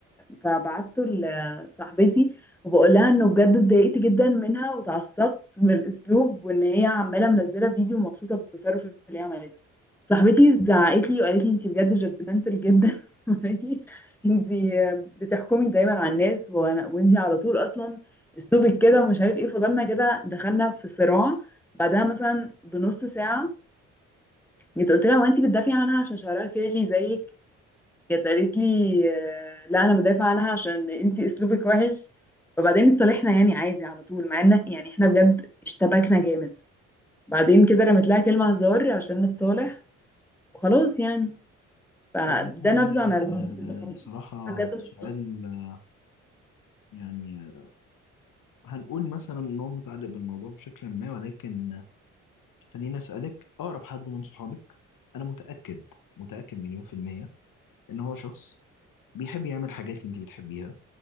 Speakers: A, in the centre; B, on the left.
A: فبعته لصاحبتي وبقول لها انه بجد اتضايقت جدا منها واتعصبت من الاسلوب وان هي عماله منزله فيديو مبسوطه بالتصرف اللي هي عملته صاحبتي زعقت لي وقالت لي انت بجد جادجمنتال جدا <laughs> وقالت لي انت بتحكمي دايما على الناس وانا وانت على طول اصلا اسلوبك كده ومش عارف ايه فضلنا كده دخلنا في صراع بعدها مثلا بنص ساعه جيت قلت لها هو انت بتدافعي عنها عشان شعرها كيرلي زيك جت قالت لي آه، لا انا بدافع عنها عشان انت اسلوبك وحش وبعدين اتصالحنا يعني عادي على طول مع ان يعني احنا بجد اشتبكنا جامد بعدين كده رميت لها كلمه هزار عشان نتصالح وخلاص يعني فده
B: طب أنا عندي
A: نبذه عن
B: آه،
A: علاقتي بصحابي
B: بصراحة
A: أنا بجد مبسوطة.
B: سؤال آه، يعني هنقول مثلا ان هو متعلق بالموضوع بشكل ما ولكن خليني اسالك اقرب حد من صحابك انا متاكد متاكد مليون في الميه ان هو شخص بيحب يعمل حاجات انت بتحبيها